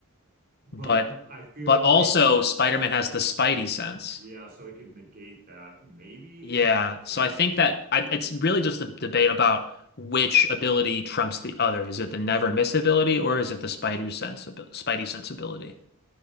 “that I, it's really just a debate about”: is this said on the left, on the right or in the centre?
Left